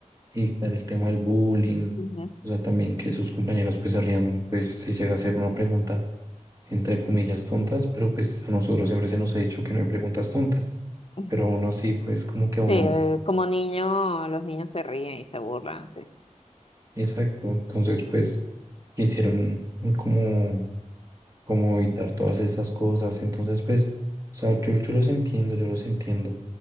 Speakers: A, on the right; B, on the left.
A: evitar el tema del bullying.
B: Ujú.
A: O sea, también que sus compañeros pues se rían, pues si llega a ser una pregunta, entre comillas, tontas, pero pues a nosotros siempre se nos ha dicho que no hay preguntas tontas.
B: <laughs>
A: Pero aún así, pues como que a
B: Sí,
A: uno
B: eh, como niño, los niños se ríen y se burlan, sí.
A: Exacto. Entonces, pues, quisieron como, como evitar todas estas cosas. Entonces, pues, o sea, yo, yo los entiendo, yo los entiendo.